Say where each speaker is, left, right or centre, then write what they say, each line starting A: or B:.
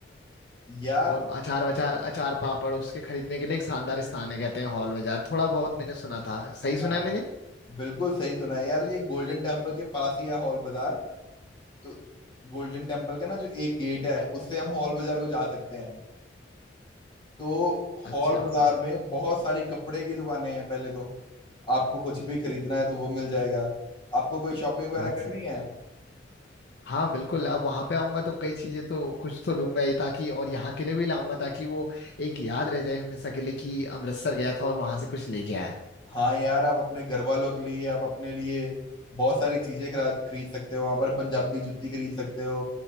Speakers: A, on the left; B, on the left.
A: यार
B: और अचार वचार अचार पापड़ उसके खरीदने के लिए एक शानदार स्थान है कहते हैं हॉल बाजार थोड़ा बहुत मैंने सुना था सही सुना
A: हाँ
B: है मैंने
A: बिल्कुल सही सुना है यार ये गोल्डन टेम्पल के पास ही है हॉल बाजार तो गोल्डन टेम्पल का ना जो एक गेट है उससे हम हॉल बाजार को जा सकते हैं तो हॉल
B: अच्छा
A: बाजार
B: वाह
A: में बहुत सारी कपड़े की दुकानें हैं पहले तो आपको कुछ भी खरीदना है तो वो मिल जाएगा आपको कोई शॉपिंग वगैरह
B: बहुत
A: करनी
B: सही
A: है
B: हाँ बिल्कुल अब वहां पे आऊंगा तो कई चीजें तो कुछ तो लूंगा ही ताकि और यहाँ के लिए भी लाऊंगा ताकि वो एक याद रह जाए हमेशा के लिए कि अमृतसर गया था और वहां से कुछ लेके आया
A: हाँ यार आप अपने घर वालों के लिए आप अपने लिए बहुत सारी चीजें खरा खरीद सकते हो वहां पर पंजाबी जुत्ती खरीद सकते हो